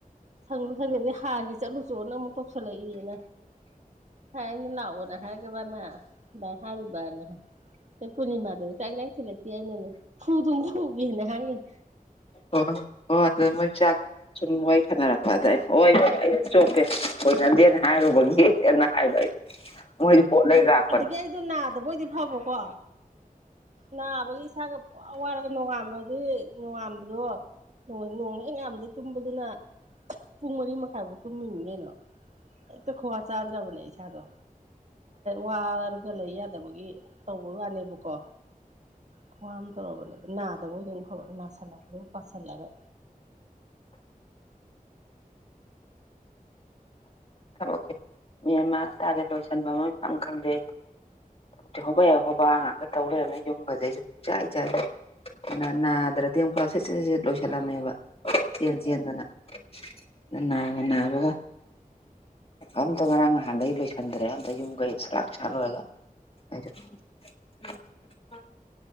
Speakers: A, on the right; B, on the left.
A: ꯁꯪꯁꯨ ꯁꯪꯗꯦꯗꯤ ꯍꯥꯔꯒꯤ ꯆꯠꯂꯨ ꯆꯣꯅ ꯑꯃꯨꯛ ꯇꯧꯁꯜꯂꯛꯏꯌꯦꯅ ꯍꯥꯏ ꯑꯩꯅ ꯂꯥꯛꯑꯣꯅꯦ ꯍꯥꯏꯔꯒ ꯃꯥꯅ ꯑꯗꯥꯏ ꯍꯥꯏꯔꯔꯤꯕꯅ ꯑꯩ ꯄꯨꯔꯅꯤꯃꯥꯗꯁꯨ ꯆꯥꯛ ꯍꯤꯖꯥꯡ ꯊꯤꯜꯂꯛꯇꯦ ꯑꯩꯅꯅꯦ ꯐꯨꯗꯨꯝ ꯄꯨꯨꯒꯅ ꯍꯥꯏꯈꯤꯕꯅꯦ
B: ꯑꯣ ꯑꯣ ꯑꯗꯨ ꯃꯣꯏ ꯆꯥꯛ ꯁꯨꯝ ꯋꯥꯔꯤ ꯁꯥꯅꯔꯛꯄ ꯑꯗꯨꯥꯏ ꯆꯣꯞꯄꯦ ꯀꯣꯏꯅꯗꯦꯅ ꯍꯥꯏꯔꯨꯕꯒꯤꯅ ꯍꯥꯏꯕ ꯑꯩ ꯃꯣꯏꯗꯤ ꯄꯣꯠ ꯂꯩ ꯂꯥꯛꯄꯅꯦ
A: ꯑꯗꯨꯒꯤ ꯑꯩꯗꯨ ꯅꯥꯗꯕꯣꯏꯗꯤ ꯐꯕꯀꯣ ꯅꯥꯕꯒꯤ ꯏꯁꯥꯒ ꯋꯥꯔꯒ ꯅꯣꯡꯉꯥꯝꯕꯒꯤ ꯅꯣꯡꯉꯥꯝꯕꯗꯣ ꯅꯣꯡ ꯍꯦꯛ ꯉꯥꯝꯗꯩ ꯇꯨꯝꯕꯗꯨꯅ ꯄꯨꯡ ꯃꯔꯤ ꯃꯈꯥꯏꯐꯥꯎ ꯇꯨꯝꯃꯤꯅꯤ ꯀꯩꯅꯣ ꯍꯦꯛꯇ ꯈꯨꯋꯥ ꯆꯥꯗ꯭ꯔꯕꯅꯦ ꯏꯁꯥꯗꯣ ꯋꯥꯔꯒ ꯂꯩ ꯌꯥꯗꯕꯒꯤ ꯇꯧꯕꯩ ꯋꯥꯅꯦꯕꯀꯣ ꯈꯨꯋꯥ ꯑꯃ ꯇꯩꯔꯕꯅ ꯅꯥꯗꯕ ꯑꯣꯏꯔꯗꯤ ꯐꯕ ꯅꯥꯜꯂꯛꯄꯒ ꯄꯁꯤꯜꯂꯒ
B: ꯊꯕꯛꯁꯦ ꯃꯦꯟꯃꯥ ꯑꯃ ꯇꯥꯗꯦ ꯂꯣꯏꯁꯤꯟꯕ ꯑꯃ ꯏꯈꯪꯗꯦ ꯑꯩ ꯍꯣꯕ ꯌꯥꯏ ꯍꯣꯕ ꯉꯥꯏꯥꯛ ꯇꯧ ꯂꯩꯔꯝꯃꯦ ꯌꯨꯝꯒꯁ ꯑꯩꯁꯨ ꯄꯨꯡ ꯆꯥꯏꯔꯦ ꯑꯗꯨ ꯅꯥꯗ꯭ꯔꯗꯤ ꯑꯃꯛ ꯈꯔ ꯁꯨꯠ ꯁꯠ ꯁꯠ ꯂꯣꯏꯁꯤꯜꯂꯝꯃꯦꯕ ꯆꯦꯟ ꯆꯦꯟꯗꯅ ꯑꯗ ꯅꯥꯒ ꯅꯥꯕꯒ ꯑꯝꯇ ꯉꯔꯥꯡ ꯅꯍꯥꯟꯗꯒꯤ ꯂꯣꯏꯁꯟꯗ꯭ꯔꯦ ꯑꯝꯇ ꯌꯨꯝ ꯀꯩ ꯆꯥꯛꯂꯥꯛ ꯁꯥꯂꯣꯏꯔꯒ <unintelligible>